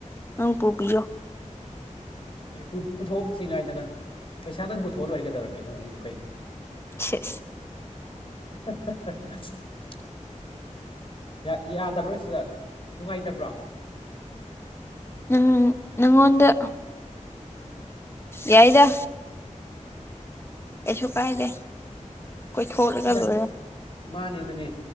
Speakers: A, on the left; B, on the left.
A: ꯅꯪ ꯄꯨꯕꯤꯌꯣ
B: ꯑꯦ ꯄꯨ ꯄꯨꯊꯣꯛꯁꯤꯉꯥꯏꯗꯅ ꯄꯩꯁꯥ ꯅꯪ ꯄꯨꯊꯣꯛꯑ ꯂꯣꯏꯔꯦ ꯀꯩꯗꯧꯔꯒꯦ ꯑꯗꯨꯒꯤꯕꯨ ꯀꯩꯅꯣꯅꯦ
A: ꯁꯤꯏꯁ
B: <unintelligible> ꯌꯥ ꯌꯥꯗꯕ꯭ꯔꯣ ꯁꯤꯁꯇꯔ ꯅꯨꯡꯉꯥꯏꯇꯕ꯭ꯔꯣ
A: ꯅꯪ ꯅꯪꯉꯣꯟꯗ ꯌꯥꯏꯗ ꯀꯩꯁꯨ ꯀꯥꯏꯗꯦ ꯀꯣꯏꯊꯣꯛꯂꯒ
B: ꯍꯣꯏꯗ
A: ꯂꯣꯏꯔꯦ
B: ꯃꯥꯅꯦ ꯑꯗꯨꯅꯦ